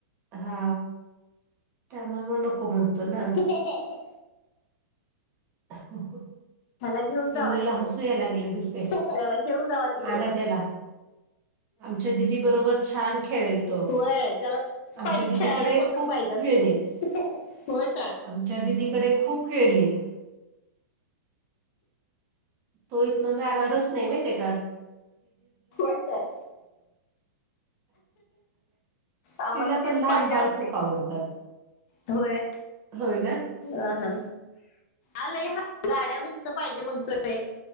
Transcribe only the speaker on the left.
हे हे
घेऊन
जावा तिकडे
त्याला घेऊन जावा
तिकडे
होय त्याला
पाहिजे
खेळायला कोणतर
पाहिजे असते
होय काय?
होय काय आम्हाला
तेच
पाहिजे
असते.
होय
अ हा आलय हा गाड्या नुसतं पाहिजे म्हणतोय